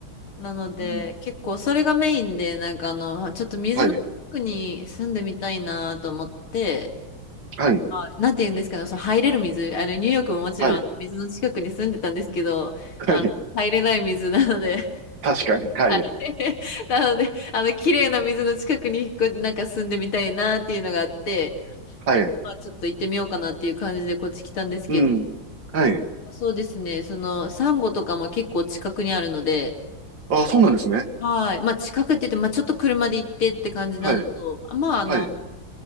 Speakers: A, on the left; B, on the right.
A: なので、
B: うん。
A: 結構それがメインで、なんかあの、ちょっと水の近くに住んでみたいなと思って、
B: はい。はい。
A: はいなんて言うんですかね、その入れる水、あの、ニューヨークももちろん水の近くに住んでたんですけど、
B: はい。はい。
A: あの、入れない水なので
B: 確かに。はい。
A: <laughs> なので、あの、綺麗な水の近くに引っ越なんか住んでみたいなっていうのがあって、
B: はい。
A: まあ、ちょっと行ってみようかなっていう感じでこっち来たんですけど、
B: うん。はい。
A: そうですね、その、サンゴとかも結構近くにあるので、
B: あ、そうなんですね。
A: はい。まあ、近くって言って、まあ、ちょっと車で行ってって感じなのと、
B: はい、
A: あまあ、あの、
B: はい、